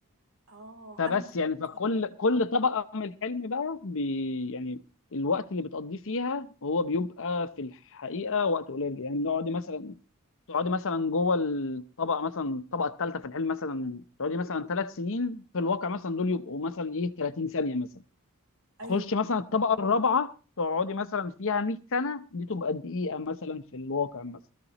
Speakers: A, on the right; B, on the left.
A: اه
B: فبس
A: انا ما فهمتش
B: يعني فكل
A: بقى
B: كل طبقه من الحلم بقى بي يعني الوقت اللي بتقضيه فيها هو بيبقى في الحقيقه وقت قليل يعني نقعد مثلا تقعدي مثلا جوه الطبقه مثلا الطبقه الثالثه في الحلم مثلا تقعدي مثلا ثلاث سنين في الواقع مثلا دول يبقوا مثلا ايه 30 ثانيه مثلا
A: ايوه
B: تخش مثلا الطبقه الرابعه تقعدي مثلا فيها 100 سنه دي تبقى دقيقه مثلا في الواقع مثلا